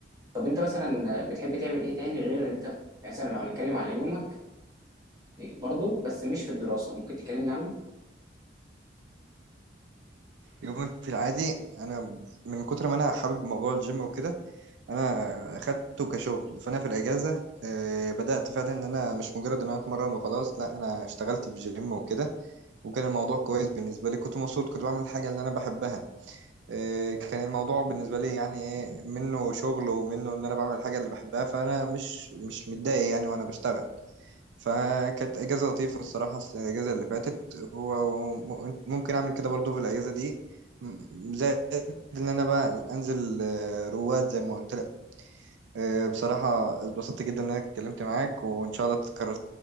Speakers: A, on the right (about 20°); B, on the right (about 70°).
A: طب انت مثلا بتحب تعمل ايه تاني غير ان انت يعني مثلا لو هنتكلم على يومك برضه بس مش في الدراسه ممكن تكلمنا عنه
B: يومي في العادي انا من كتر ما انا حابب موضوع الجيم وكده انا اخدته كشغل فانا في الاجازه آه، بدات فعلا ان انا مش مجرد ان انا اتمرن وخلاص لا انا اشتغلت في جيم وكده وكان الموضوع كويس بالنسبه لي كنت مبسوط كنت بعمل الحاجه اللي انا بحبها آه، كان الموضوع بالنسبه لي يعني ايه منه شغل ومنه ان انا بعمل الحاجه اللي بحبها فانا مش مش متضايق يعني وانا بشتغل فكانت اجازه لطيفه الصراحه الاجازه اللي فاتت وممكن اعمل كده برضو في الاجازه دي م- زائد ان انا بقى انزل آه، رواد زي ما قلت آه، بصراحة اتبسطت جدا إن أنا اتكلمت معاك وإن شاء الله تتكرر